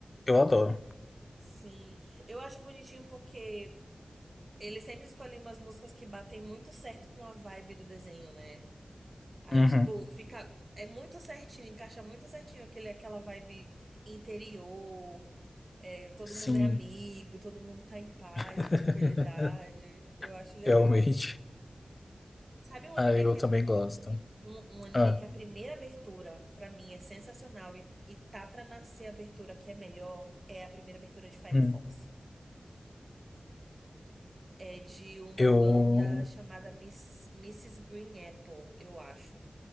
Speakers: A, on the left; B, on the right.
A: eu adoro.
B: Sim. Eu acho bonitinho porque eles sempre escolhem umas músicas que batem muito certo com a vibe do desenho, né? Aí,
A: Uhum.
B: tipo, fica. É muito certinho, encaixa muito certinho aquele, aquela vibe interior. é, todo
A: Sim,
B: mundo é amigo, todo mundo tá em paz
A: <laughs>
B: e tranquilidade. Eu acho legal.
A: realmente.
B: Sabe um anime
A: Ah, eu
B: que
A: também
B: é pe-
A: gosto.
B: um, um anime
A: Ah,
B: que é a primeira abertura pra mim é sensacional e, e tá pra nascer a abertura que é melhor é a primeira abertura de Fire
A: hum.
B: Force. É de uma
A: Eu.
B: banda chamada Miss, Mrs. Green Apple, eu acho.